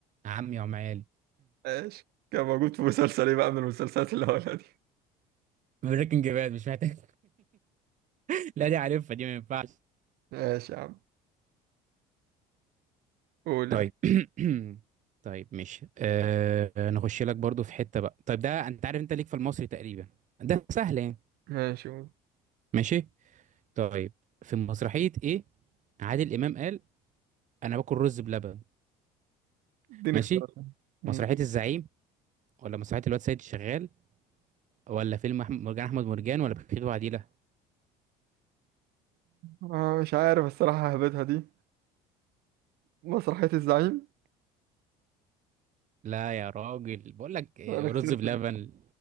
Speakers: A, on the right; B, on the right.
A: عمي وعمال
B: ماشي كان موجود في مسلسل ايه بقى من المسلسلات اللي هقولها دي
A: بريكنج باد مش محتاج <laughs> لا دي عارفها دي ما ينفعش
B: ماشي يا عم قول
A: طيب
B: يا عم
A: <clears throat> طيب ماشي أه نخش لك برضو في حتة بقى طيب ده انت عارف انت ليك في المصري تقريبا ده سهل يعني
B: ماشي قول
A: ماشي طيب في مسرحية ايه عادل امام قال انا باكل رز بلبن
B: اديني
A: ماشي
B: اختيارات أمم،
A: مسرحية
B: قول.
A: الزعيم ولا مسرحية الواد سيد الشغال ولا فيلم أحمد مرجان أحمد مرجان ولا بخيت وعديلة
B: آه، مش عارف الصراحة هبتها دي مسرحية الزعيم
A: لا يا راجل بقول لك إيه،
B: انا خسرت
A: رز بلبن
B: دي.